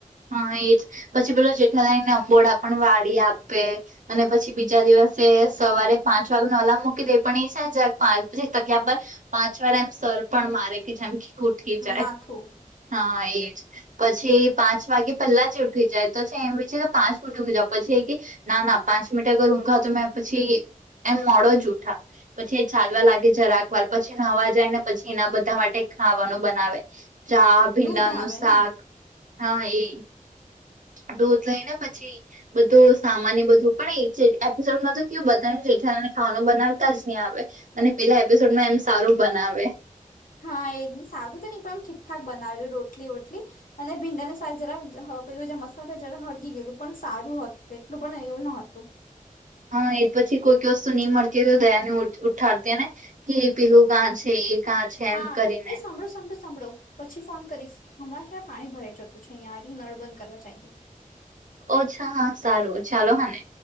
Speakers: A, on the right; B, on the left.
A: હા એ જ પછી પેલો જેઠા લઈને અંબોળ પણ વાડી આપે. અને પછી બીજા દિવસે સવારે પાંચ વાગે નો અલાર્મ મૂકી દે પણ એ છે પાંચ પછી જગ્યા પર પાંચ વાર એમ સર પણ મારે કે જેમ કે ઊઠી જાય
B: માથું
A: હા એજ પછી પાંચ. વાગે પહેલા જ ઉઠી જાય તો છે એમ છે કે પાંચ વાગી જાવ પછી એ કે ના ના પાંચ મિનટ અગર ઊંઘા તો મેં પછી એમ મોડો જ ઉઠા પછી એ ચાલવા લાગે છે રાખ વાર પછી નવા જાય ને પછી એના બધા માટે ખાવાનું બનાવે. ચા ભીંડા
B: દૂધ
A: નું
B: આવે
A: શાક
B: ને
A: હા એ. દૂધ લઈ ને પછી બધું સામાન્ય બધું. પણ એક છે એપિસોડમાં તો કેવું બતાવે જેઠાલાલ ખાવાનું બનાવતા જ નહી આવે. અને પેલા એપિસોડમાં એમ સારું બનાવે.
B: હા એ સાદું તો હી પણ એમ ઠીકઠાક બનાવેલ રોટલી વોટલી અને ભીંડાને શાક જરાક પેલું જે મસાલો જરા હળગી ગયેલું પણ સારું હતું એટલું પણ એવું ન હતું.
A: હા એ પછી કોઈક વસ્તુ નહી મળતી હોય તો દયા ને ઉઠાડતી ને કે પેલું કાં છે એ. કાં છે એમ
B: હા
A: કરીને
B: એ સાંભળો સાંભળો. સાંભળો પછી ફોન કરીશ હમણાં ત્યાં પાણી ભરાઈ જતું છે અહીંયા અભી નળ બંધ કરવા ચાયલી
A: ઓછા હા સારું ચાલો હા ને.